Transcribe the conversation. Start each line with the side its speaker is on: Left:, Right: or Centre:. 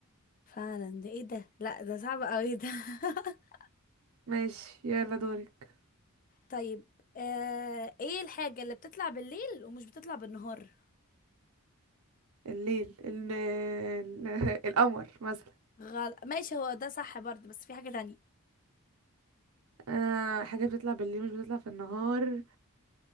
Left: فعلا ده ايه ده لا ده صعب قوي ده <laughs>
Right: ماشي يلا دورك
Left: طيب آه ايه الحاجة اللي بتطلع بالليل ومش بتطلع بالنهار
Right: الليل ال ال- <laughs> القمر مثلا
Left: غلط ماشي هو ده صح برضه بس في حاجة تانية
Right: آه حاجة بتطلع بالليل مش بتطلع في النهار